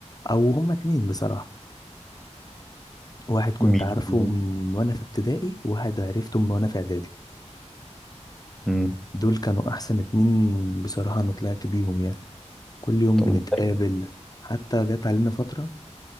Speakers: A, on the left; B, in the centre.
A: او هما اتنين بصراحه واحد كنت
B: مين
A: عارفه
B: هم؟
A: من وانا في ابتدائي وواحد عرفته من وانا في اعدادي
B: مم.
A: دول كانوا احسن اتنين بصراحه انا طلعت بيهم يعني كل يوم
B: طب
A: بنتقابل
B: حلو.
A: حتى جت علينا فتره